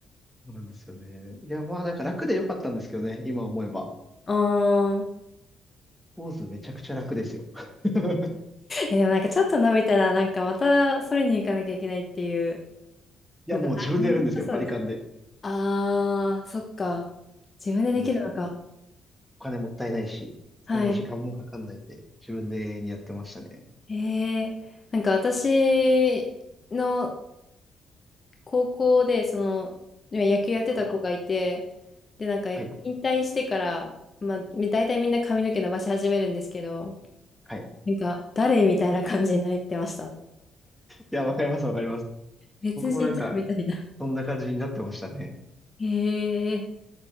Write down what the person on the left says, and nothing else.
あー
え、でもなんかちょっと伸びたら、なんかまたそれに行かなきゃいけないっていう
のが、
はいめんどくさそうです。
ああ、そっか。自分でできるのか。
はい。
ええなんか私の高校で、その、いや野球やってた子がいて、
で、なんか、
引退してから、まあ、み大体みんな髪の毛伸ばし始めるんですけど、
なんか、誰みたいな感じになってました。
別人じゃんみたいな。
へえ。